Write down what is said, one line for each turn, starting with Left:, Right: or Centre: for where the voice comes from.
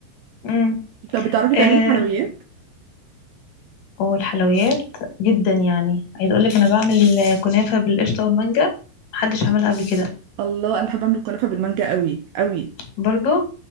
Left: امم
Right: طب بتعرفي تعملي
Left: آه
Right: حلويات
Left: والحلويات جدا يعني عايزه اقولك انا بعمل كنافه بالقشطه والمانجا محدش عملها قبل كده
Right: الله انا بحب اعمل الكنافه بالمانجا قوي قوي
Left: برضو